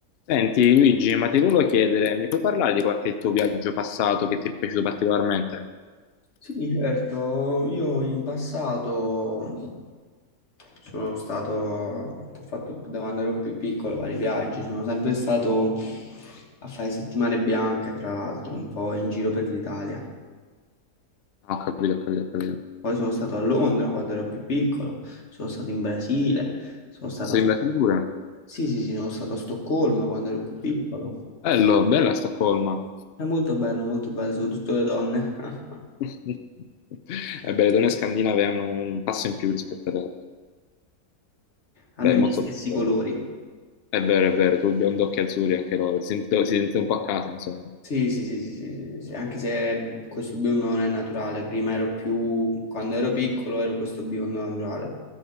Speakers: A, on the left; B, on the left.
A: Senti Luigi, ma ti volevo chiedere, mi puoi parlare di qualche tuo viaggio passato che ti è piaciuto particolarmente?
B: Sì, certo, io in passato sono stato, ho fatto da quando ero più piccolo vari viaggi, sono sempre stato a fare settimane bianche, tra l'altro, un po' in giro per l'Italia.
A: Ah, Ho capito, ho capito, ho capito.
B: Poi sono stato a Londra quando ero più piccolo, sono stato in Brasile, sono stato
A: Sei
B: a...
A: in Brasile pure?
B: Sì, sì, sì, sono stato a Stoccolma quando ero più piccolo.
A: Bello, bella Stoccolma.
B: È molto bello, molto bello, soprattutto le donne. <laughs>
A: <laughs> Ebbene, le donne scandinave hanno un passo in più rispetto alle altre.
B: Hanno
A: Beh, è
B: i
A: molto
B: miei stessi
A: molto bello.
B: colori.
A: È vero, è vero, tu biondo occhi azzurri anche loro, si sente, si sente un po' a casa, insomma.
B: Sì, sì, sì, sì, sì, sì, sì, sì, anche se questo biondo non è naturale, prima ero più, quando ero piccolo ero questo biondo naturale,